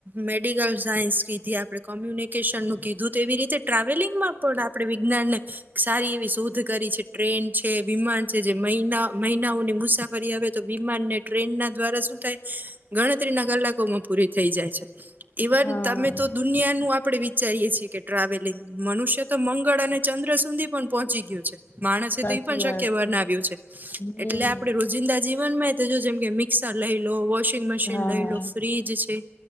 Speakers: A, on the right; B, on the left.
A: મેડિકલ સાયન્સ કીધી, આપણે કોમ્યુનિકેશનનું કીધું, તેવી રીતે ટ્રાવેલિગં મા પણ આપણે વિજ્ઞાનને સારી એવી શોધ કરી છે. ટ્રેન છે, વિમાન જે -જે મહિના -મહિનાઓની મુસાફરી આવે તો, વિમાન ને ટ્રેનના દ્વારા શું થાય. ગણતરીના કલાકોમાં પૂરી થઈ જાય છે. ઇવન
B: હા
A: તમે તો દુનિયાનું આપણે વિચારીએ છીએ કે ટ્રાવેલિંગ મનુષ્ય તો મંગળ અને ચંદ્ર સુધી પણ પોહોંચી ગયો છે. માણસે
B: સાચી
A: તો એઈ પણ શક્ય
B: વાત
A: બનાવ્યુ.
B: છે
A: એટલે
B: હમ
A: આપણે રોજિંદા જીવનમા, <unintelligible> જેમ કે મિક્સર લઈ લો, વો વશિંગ મશીન
B: હા
A: લઈ લો, ફ્રીજ છે.